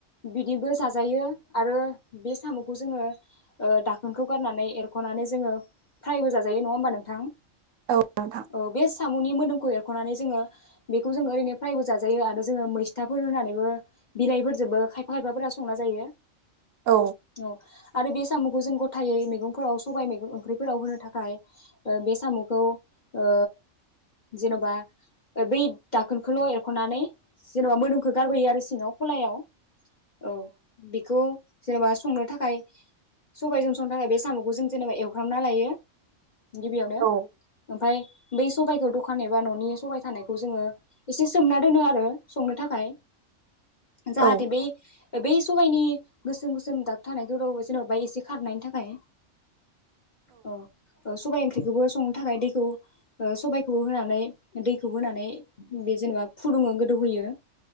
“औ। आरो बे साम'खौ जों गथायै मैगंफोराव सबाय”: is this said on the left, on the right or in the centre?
Left